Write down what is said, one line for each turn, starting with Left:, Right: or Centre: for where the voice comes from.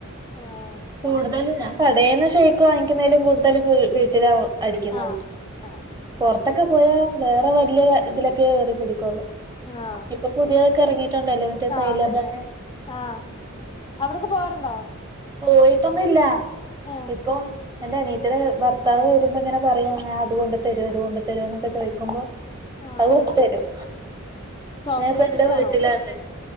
Left: ആഹ്
Right: കൂടുതലും ഞാകടേന്ന് ശയ്ക്ക് വാങ്ങിക്കുന്നേലും കൂടുതൽ പീ വീട്ടിലാവും അടിക്യുന്നത്
Left: ആഹ് ആഹ്
Right: പൊർത്തൊക്കെ പോയാ വേറെ വലിയ തിലൊക്കെ കേറിപിടിക്കുള്ളൂ
Left: ആഹ്
Right: ഇപ്പൊ പുതിയതൊക്കെറങ്ങിട്ട്ണ്ടല്ലോ മറ്റേ സൈലാബാന്
Left: ആഹ് അതന്നെ ആഹ് അവ്ട്ക്ക് പോവാറ്ണ്ടോ
Right: പോയിട്ടൊന്നുല്ല
Left: ആഹ്
Right: ഇപ്പം എന്റെ അനിയത്തിടെ ഭർത്ത് ത്താവ് വരുമ്പോങ്ങനെ പറയാ അത്കൊണ്ട് തരോ ഇത്കൊണ്ട് തരോന്നൊക്കെ ചോയ്ക്കുമ്പോ
Left: ആഹ്
Right: അവോട്ട്ത്തരും
Left: ചോക്ലേറ്റ്
Right: ഞാപ്പന്റെ
Left: ഇഷ്ടാണോ
Right: വീട്ടിലാണ്